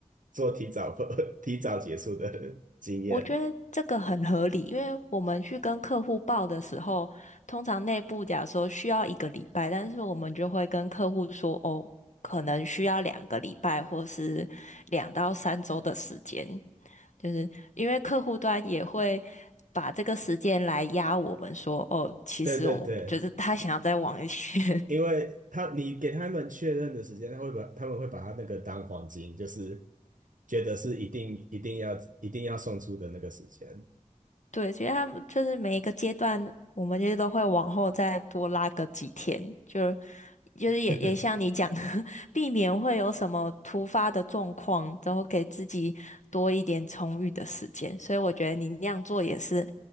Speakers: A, on the right (about 85°); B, on the left (about 65°).
A: 说提早 <laughs> 提早结束的经验。
B: 我觉得这个很合理，因为我们去跟客户报的时候，通常内部假如说需要一个礼拜，但是我们就会跟客户说，哦，可能需要两个礼拜或是两到三周的时间，就是因为客户端也会把这个时间来压我们说，哦，其实我觉得他想要再往一些
A: 对对对。因为他你给他们确认的时间，他会把他们会把他那个当黄金，就是觉得是一定一定要一定要送出的那个时间。
B: 对，其实他们就是每一个阶段，我们就是都会往后再多拉个几天，就就是也也像你讲的，
A: <laughs>
B: <laughs> 避免会有什么突发的状况，然后给自己多一点充裕的时间。所以我觉得你那样做也是